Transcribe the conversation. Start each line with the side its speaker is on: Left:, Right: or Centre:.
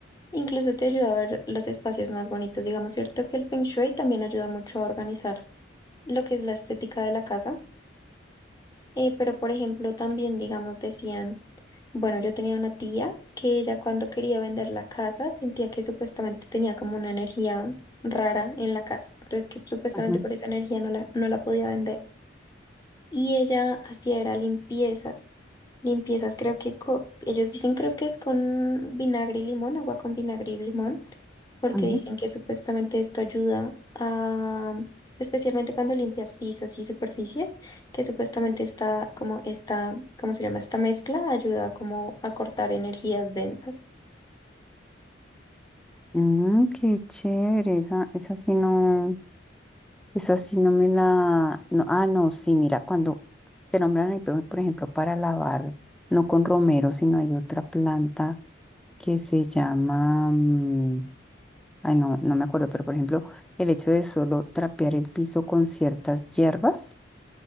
Left: incluso te ayuda a ver los espacios más bonitos. Digamos, cierto que el Feng Shui también ayuda mucho a organizar lo que es la estética de la casa. Eh, pero, por ejemplo, también, digamos, decían, bueno, yo tenía una tía que ella cuando quería vender la casa sentía que supuestamente tenía como una energía rara en la casa, entonces que supuestamente
Centre: ujú,
Left: por esa energía no la, no la podía vender y ella hacía era limpiezas. Limpiezas creo que co- ellos dicen creo que es con vinagre y limón, agua con vinagre y limón, porque
Centre: ujú.
Left: dicen que supuestamente esto ayuda a, especialmente cuando limpias pisos y superficies, que supuestamente está como esta, ¿cómo se llama? Esta mezcla ayuda como a cortar energías densas.
Centre: Mm, qué chévere, esa, esa sí no, esa sí no me la, no, ah, no, sí, mira, cuando te nombran ahí, por por ejemplo, para lavar, no con romero, sino hay otra planta que se llama, mm, ay, no, no me acuerdo, pero por ejemplo, el hecho de solo trapear el piso con ciertas hierbas